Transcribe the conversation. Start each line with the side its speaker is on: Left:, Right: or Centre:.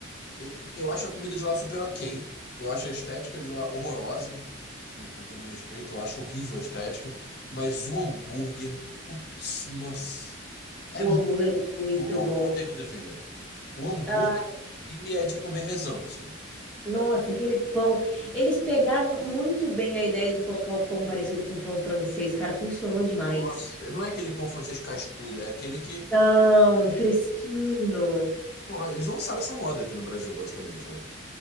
Left: e- eu acho a comida de lá super ok. Eu acho a estética de lá horrorosa. assim, com todo respeito, eu acho horrível a estética. Mas o hambúrguer, putz, nossa. É
Centre: O
Left: Muito
Centre: hambúrguer é muito
Left: bom,
Centre: bom.
Left: eu vou ter que defender. O hambúrguer
Centre: Ah,
Left: em si é de comer rezando, assim.
Centre: nossa, aquele pão. Eles pegaram muito bem a ideia de colocar o pão parecido com pão francês. Cara, funcionou demais.
Left: Nossa, não é aquele pão francês cascudo, é aquele que.
Centre: Não, fresquinho.
Left: Nossa, Eles lançaram essa moda aqui no Brasil, basicamente, né?